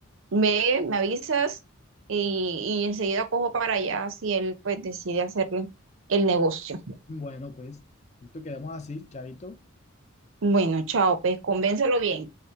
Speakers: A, on the right (about 60°); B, on the left (about 30°).
A: me, me avisas y, y enseguida cojo para allá si él, pues, decide hacer el el negocio.
B: Bueno, pues, listo, quedamos así, chavito.
A: Bueno, chao, pues convéncelo bien.